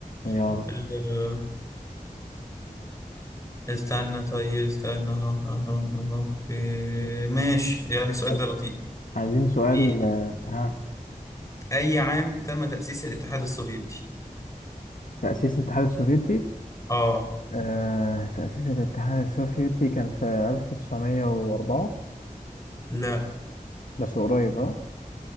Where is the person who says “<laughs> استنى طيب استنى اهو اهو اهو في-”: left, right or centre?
Left